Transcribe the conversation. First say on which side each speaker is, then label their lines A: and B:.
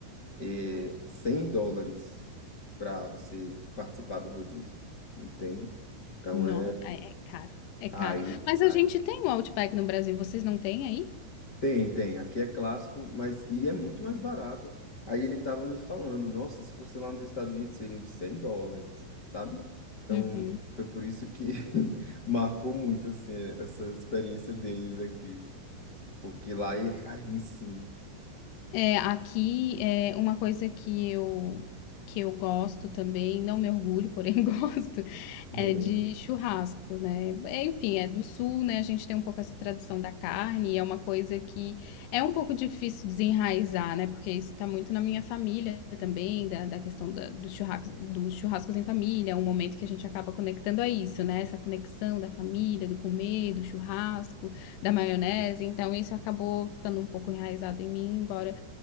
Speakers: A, on the left; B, on the left.
A: é, 100 dólares para você participar do rodízio, entende? Então
B: Nossa,
A: é
B: é é caro, é caro.
A: aí,
B: Mas a
A: aí
B: gente tem o Outback no Brasil, vocês não têm aí?
A: tem, tem, aqui é clássico, mas e é muito mais barato. Aí ele tava me falando, nossa, se fosse lá nos Estados Unidos seriam 100 dólares, sabe? Então
B: Uhum.
A: foi por isso que <laughs> marcou muito assim essa experiência deles aqui, porque lá ele é caríssimo.
B: É, aqui é uma coisa que eu que eu gosto também, não me orgulho, porém <laughs> gosto,
A: Uhum.
B: é de churrasco, né? Enfim, é do sul, né? A gente tem um pouco essa tradição da carne, e é uma coisa que é um pouco difícil desenraizar, né? Porque isso está muito na minha família também, da, da questão da- dos churrascos, dos churrascos em família, é um momento que a gente acaba conectando a isso, né? Essa conexão da família, do comer, do churrasco, da maionese. Então, isso acabou ficando um pouco enraizado em mim, embora